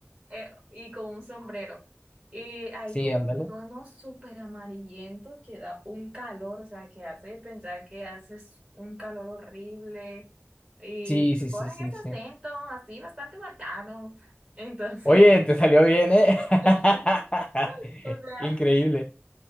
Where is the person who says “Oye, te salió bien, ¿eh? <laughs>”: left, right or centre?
Left